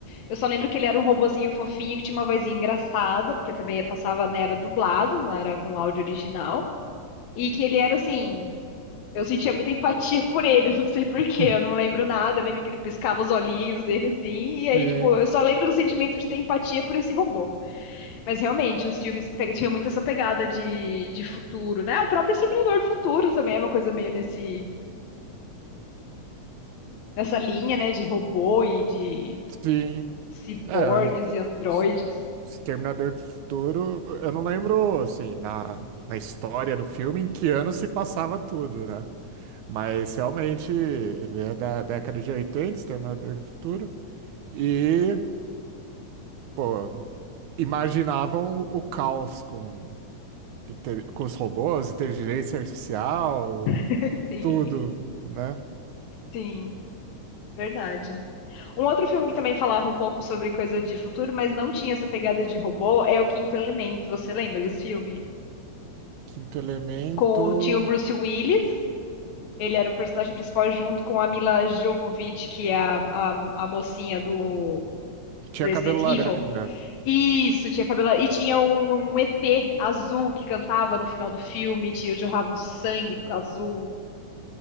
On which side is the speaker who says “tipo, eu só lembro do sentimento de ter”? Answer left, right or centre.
Left